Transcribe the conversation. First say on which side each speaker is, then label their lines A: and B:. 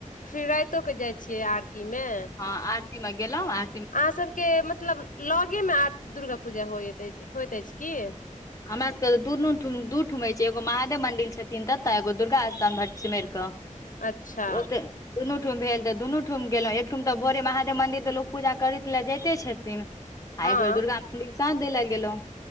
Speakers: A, on the left; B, on the left.
A: फिर राइतो कऽ जाइ छियै आरतीमे
B: हँ आरती मऽ गेलै आ
A: अहाँ सभ केँ मतलब लगे मे आर दुर्गा पूजा होइत अछि होइत अछि की
B: हमरा सब केँ तऽ दुनू ठूम - दू ठुम होइ छै एगो महादेव मंदिर छथिन तेतऽ एगो दुर्गा स्थान भटसिमैर कऽ
A: अच्छा
B: तऽ ओतय दुनू ठूम भेल तऽ दुनू ठूम गेलहुँ एक ठूम तऽ भोरे महादेव मन्दिर तऽ लोक पूजा करैत लऽ जाइते छथिन आ
A: हँ
B: एक बेर दुर्गा मंदिर साँझ दैय लऽ गेलैहुँ